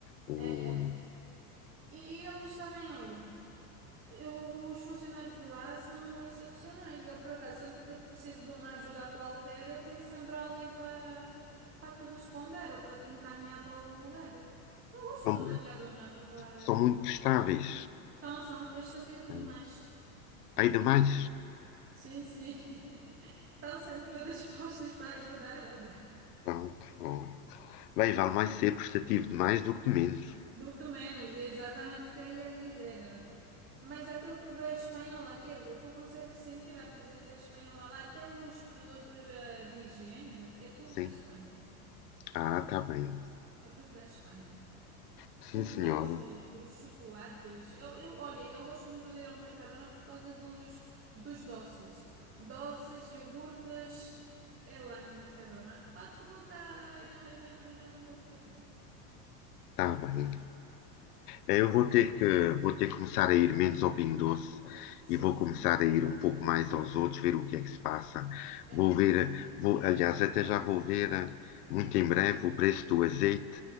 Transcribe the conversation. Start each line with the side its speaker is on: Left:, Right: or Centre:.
Left: O-
Right: é, é. E, e eles também, olha. Eu- os funcionários de lá são excepcionais. Eu, por acaso, sempre que eu preciso de uma ajuda qualquer, tem sempre alguém para para te responder ou para te encaminhar para algum lugar. Eu gosto
Left: são,
Right: do Mercadona, para falar
Left: são
Right: a verdade.
Left: muito prestáveis.
Right: São, são prestativos
Left: É.
Right: demais.
Left: Há demais.
Right: Sim, sim. <laughs> Estão sempre dispostos para ajudar, olha.
Left: Pronto, bom. Bem, vale mais ser prestativo de mais do que de menos.
Right: Do que menos, é exatamente o que eu ia dizer, olha. Mas aquilo tudo é espanhol, aquilo. Tu consegues sentir a presença espanhola lá, até os produtos eh, de higiene, é tudo
Left: Sim.
Right: da Espanha. aquilo.
Left: Ah, tá bem.
Right: É tudo da Espanha.
Left: Sim,
Right: Os
Left: senhora.
Right: doces, os chocolates. Eu, eu, olha, eu gosto muito de ir ao Mercadona por causa dos, dos doces. Doces, iogurtes, é lá no Mercadona. Para a fruta, já, já, não- já não confio tanto.
Left: Tá bem. Eh, Eu vou ter que, vou ter que começar a ir menos ao Pingo Doce
Right: Sim,
Left: e vou
Right: sim.
Left: começar a ir um pouco mais aos outros, ver o que é que se passa.
Right: É.
Left: Vou ver, eh, vou, aliás, até já vou ver eh, muito em breve o preço do azeite